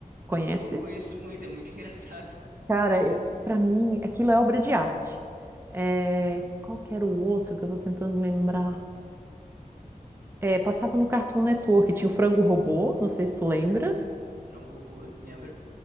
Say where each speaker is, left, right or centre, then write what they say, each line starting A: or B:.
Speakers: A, on the right; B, on the right.
A: conhece.
B: Pô, conheço muito, é muito <laughs> engraçado.
A: Cara, eu, para mim, aquilo é obra de arte. É, qual que era o outro que eu tô tentando lembrar? É, passava no Cartoon Network, tinha o Frango Robô, não sei se tu lembra.
B: Frango Robô, lembra?